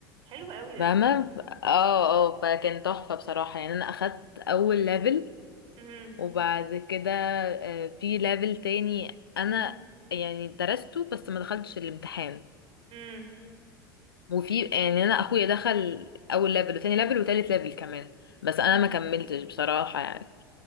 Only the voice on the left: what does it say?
فاهمة اه اه فكان تحفة بصراحة يعني انا اخدت اول ليفل
وبعد كده آه، في ليفل تاني انا
يعني درسته بس ما دخلتش الامتحان
وفي يعني انا اخويا دخل اول ليفل وتاني ليفل وتالت ليفل كمان بس
انا ما كملتش بصراحة يعني